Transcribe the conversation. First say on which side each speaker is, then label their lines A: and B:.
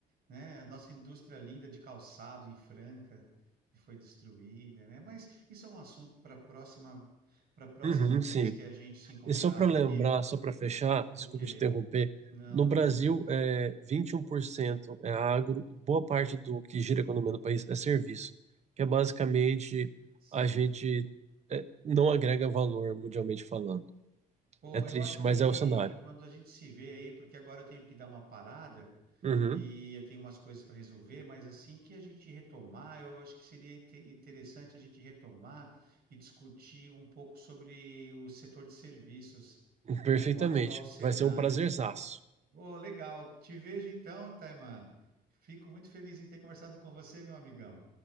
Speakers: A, on the right (about 65°); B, on the right (about 40°).
A: né? A nossa indústria linda de calçado em Franca que foi destruída, né? Mas isso é um assunto para próxima, para próxima
B: uhum,
A: vez
B: sim.
A: que a gente se encontrar,
B: E só para
A: porque,
B: lembrar, só para fechar, desculpa
A: ok,
B: te interromper,
A: não,
B: no
A: não
B: Brasil,
A: tem problema.
B: é, 21% é agro, e boa parte do que gira a economia do país é serviço, que é basicamente
A: Sim.
B: a gente é, não agrega valor mundialmente falando.
A: Pô,
B: É triste,
A: eu acho que
B: mas é o cenário.
A: quando a gente se vê aí, porque agora eu tenho que dar uma parada,
B: Uhum,
A: e eu tenho umas coisas para resolver, mas assim que a gente retomar, eu acho que seria inte- interessante a gente retomar e discutir um pouco sobre o setor de serviços.
B: perfeitamente.
A: Eu acho qual o cenário.
B: Vai ser um prazerzaço.
A: Oh, legal. Te vejo então, Taiman. Fico muito feliz em ter conversado com você, meu amigão.